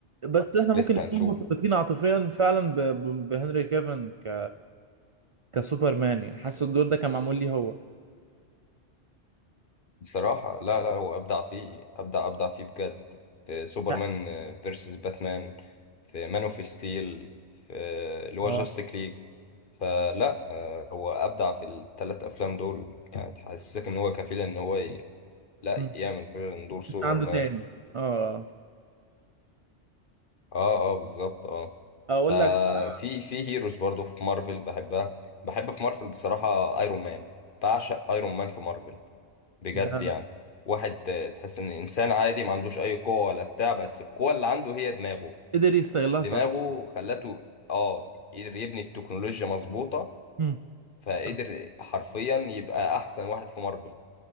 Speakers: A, on the right (about 55°); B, on the left (about 50°).
A: بس احنا ممكن
B: لسه
A: نكون
B: هنشوفه
A: مرتبطين عاطفيا فعلا ب... ب... بهنري كيفن ك كسوبرمان يعني حاسس الدور ده كان معمول ليه هو
B: بصراحة لا لا هو أبدع فيه أبدع أبدع فيه بجد في سوبرمان
A: لا
B: فيرسس باتمان في مان اوف ستيل في اللي هو
A: اه
B: جاستيك ليج فلا آه، هو أبدع في الثلاث أفلام دول يعني تحسسك إن هو كفيل إن هو ي- لا
A: مم.
B: يعمل فعلا دور سوبرمان
A: لسه عنده تاني اه
B: اه اه بالظبط اه
A: اقول
B: ففي
A: لك بقى
B: في هيروز برضو في مارفل بحبها بحب في مارفل بصراحة ايرون مان بعشق ايرون مان في مارفل بجد
A: ده
B: يعني واحد آه، تحس ان انسان عادي ما عندوش اي قوة ولا بتاع بس القوة اللي عنده هي دماغه
A: قدر يستغلها
B: دماغه
A: صح
B: خلته اه قدر يبني التكنولوجيا مظبوطة
A: مم.
B: فقدر
A: صح
B: حرفيا يبقى احسن واحد في مارفل